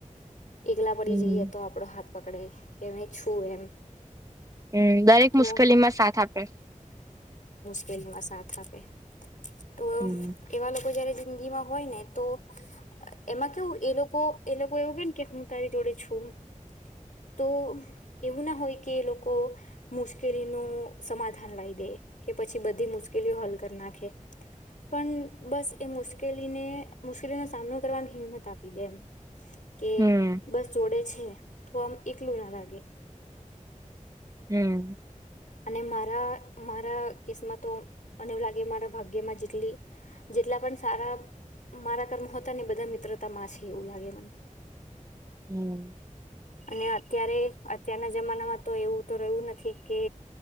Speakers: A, on the left; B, on the right.
A: એકલા પડી
B: હમ
A: જઈએ તો આપડો હાથ <inaudible> પકડે કે છું એમ
B: હમ દરેક
A: તો
B: મુશ્કેલી માં સાથ આપે
A: કવા સાથ આપે. તો
B: હમ
A: એવા લોકો જયારે ગીમા હોય ને તો એમાં કેવું એ લોકો એ લોકો એવું કેને કે હું તારી જોડે છું, તો એવું ના હોય કે એ લોકો મુશ્કેલીનું સમાધાન લાવ દે કે પછી બધી મુશ્કેલીઓ હલ કરી નાખે, પણ બસ એ મુશ્કેલીને મુશ્કેલીનો સામનો કરવાની હિંમત આપી દે એમ કે
B: હમ
A: બસ જોડે છે. તો આમ એકલું ના લાગે
B: હમ્મ.
A: અને મારા મારા કેસમાં તો મને એવું લાગે મારા ભાગ્યમાં જેટલી જેટલા પણ સારા મારા કર્મતા ને બધા મિત્રતામાં છે, એવું લાગે મને
B: હમ્મ.
A: અને અત્યારે અત્યારના જમાનામાં તો એવું તો રહ્યું નથી કે